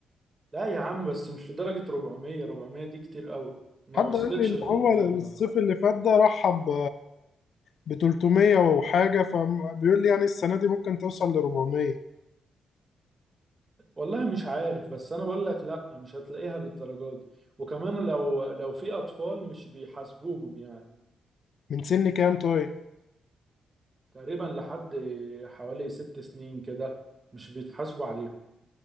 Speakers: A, on the right (about 30°); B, on the left (about 65°).
A: لا يا عم بس مش لدرجه 400 400 دي كتير قوي ما
B: حد
A: وصلتش
B: قال لي ان
A: ل
B: هو
A: 400
B: الصيف
A: لا
B: اللي فات ده رحب ب 300 وحاجه فبيقول لي يعني السنه دي ممكن توصل ل 400
A: والله مش عارف بس انا بقول لك لا مش هتلاقيها للدرجه دي وكمان لو لو في اطفال مش بيحاسبوهم يعني
B: من سن كام طيب
A: تقريبا لحد حوالي ست سنين كده مش بيتحاسبوا عليهم